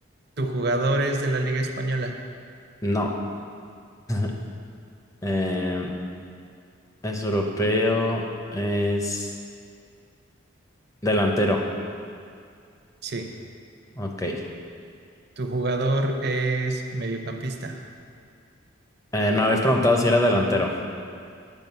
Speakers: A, on the right (about 50°); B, on the left (about 15°).
A: ¿Tu jugador es de la Liga Española?
B: no. <laughs> Eh, es europeo, es delantero.
A: Sí.
B: Ok. Eh,
A: Tu jugador es mediocampista.
B: me habéis preguntado si era delantero.